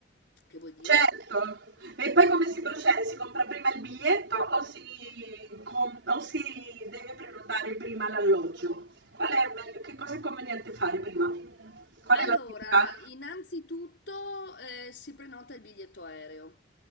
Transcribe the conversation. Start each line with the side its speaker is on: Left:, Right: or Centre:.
Left: che vuol dire
Right: Certo, e poi come si procede? Si compra prima il biglietto o si, com- o si deve prenotare prima l'alloggio? Qual è il meglio- che cosa è conveniente fare prima? Qual
Left: Allora,
Right: è l'attività?
Left: innanzitutto eh, si prenota il biglietto aereo,